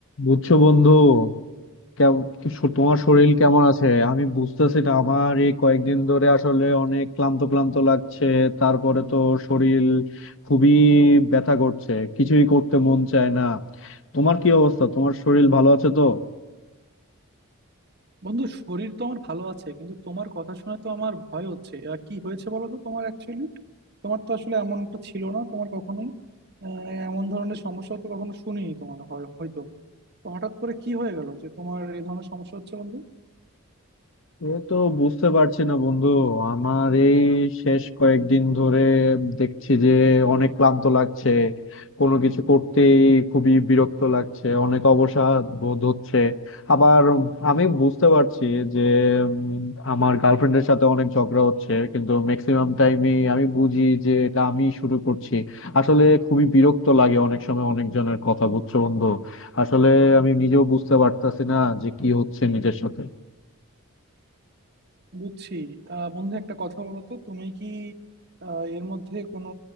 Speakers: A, on the left (about 60°); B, on the right (about 50°).
A: বুঝছো বন্ধু কেম- কি শ- তোমার শরীর কেমন আছে আমি বুঝতেছি না আমার এই কয়েকদিন ধরে আসলে অনেক ক্লান্ত ক্লান্ত লাগছে তারপরে তো শরীর খুবই ব্যথা করছে কিছুই করতে মন চায় না তোমার কি অবস্থা তোমার শরীর ভালো আছে তো
B: বন্ধু শরীর তো আমার ভালো আছে কিন্তু তোমার কথা শুনে তো আমার ভয় হচ্ছে আহ, কি হয়েছে বলো তো তোমার অ্যাকচুয়ালি তোমার তো আসলে এমনটা ছিল না তোমার কখনোই আহ, এমন ধরনের সমস্যা তো কখনো শুনিনি তোমার হয়- হয়তো তো হঠাৎ করে কি হয়ে গেল যে তোমার এই ধরনের সমস্যা হচ্ছে বন্ধু
A: এ তো বুঝতে পারছি না বন্ধু আমার এই শেষ কয়েকদিন ধরে দেখছি যে অনেক ক্লান্ত লাগছে কোনো কিছু করতেই খুবই বিরক্ত লাগছে অনেক অবসাদ বোধ হচ্ছে আবার আমি বুঝতে পারছি যে উম, আমার গার্লফ্রেন্ডের সাথে অনেক ঝগড়া হচ্ছে কিন্তু ম্যাক্সিমাম টাইমে আমি বুঝি যে এটা আমি শুরু করছি আসলে খুবই বিরক্ত লাগে অনেক সময় অনেকজনের কথা বুঝছো বন্ধু আসলে আমি নিজেও বুঝতে পারতাছি না যে কি হচ্ছে নিজের সাথে
B: বুঝছি আহ, বন্ধু একটা কথা বলো তো তুমি কি আহ, এর মধ্যে কোনো